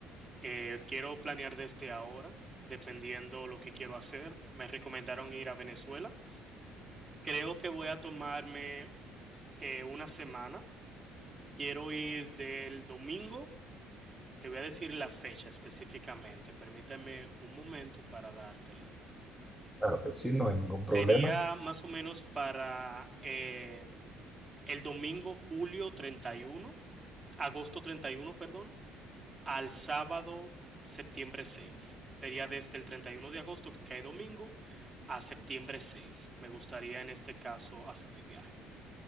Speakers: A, on the right; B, in the centre.
A: Eh, quiero planear desde ahora, dependiendo lo que quiero hacer. Me recomendaron ir a Venezuela. Creo que voy a tomarme eh, una semana. Quiero ir del domingo. Te voy a decir la fecha específicamente. Permítame un momento para dártela.
B: Claro que sí, no hay ningún
A: Sería
B: problema.
A: más o menos para eh, el domingo julio 31, agosto 31, perdón, al sábado septiembre 6. Sería desde el 31 de agosto, que cae domingo, a septiembre 6. Me gustaría en este caso hacer mi viaje.